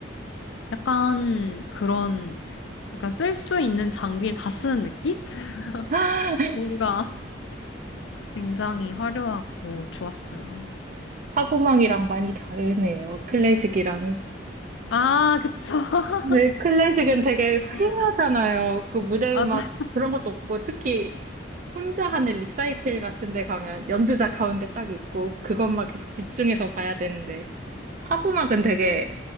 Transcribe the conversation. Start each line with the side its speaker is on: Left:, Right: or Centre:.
Left: 약간 그런, 약간 쓸 수 있는 장비에 다 쓰는 느낌? <laughs>
Right: <laughs>
Left: 뭔가 굉장히 화려하고 좋았어요.
Right: 타고망이랑 많이 다르네요. 클래식이랑은.
Left: 아, 그쵸. <laughs>
Right: 네, 클래식은 되게 휑하잖아요.
Left: 네.
Right: 그 무대
Left: 맞아.
Right: 음악 그런 것도 없고 특히 혼자 하는 리사이틀 같은 데 가면 연주자 가운데 딱 있고 그것만 계속 집중해서 봐야 되는데 팝 음악은 되게